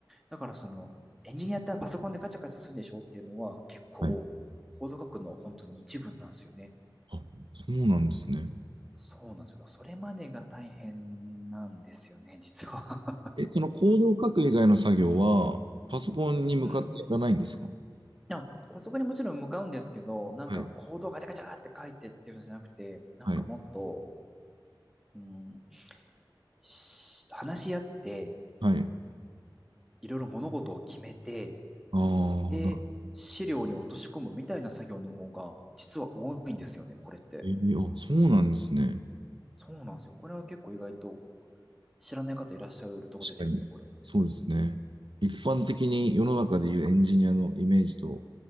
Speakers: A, in the centre; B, on the right.
A: だからその、エンジニアってパソコンでガチャガチャするんでしょっていうのは結構、
B: はい。
A: コード書くのは本当に一部なんですよね。
B: あ、そうなんですね。
A: そうなんですよ。それまでが大変なんですよね、実は。
B: え、そのコードを書く以外の作業は、パソコンに向かってやらないんですか
A: <laughs> うん。あ、パソコンにもちろん向かうんですけど、なんかコードをガチャガチャって書いてっていうのじゃなくて、
B: はい、
A: なんかもっと、
B: はい、
A: うん、し話し合って、
B: はい。
A: いろいろ物事を決めて、
B: ああ、
A: で、
B: な、
A: 資料に落とし込むみたいな作業の方が、実は多いんですよね、これって。
B: えーあ、そうなんですね。
A: そうなんですよ。これは結構意外と知らない方いらっしゃるとこですよね、
B: 確かに。
A: これ。
B: そうですね。一般的に世の中でいうエンジニアのイメージと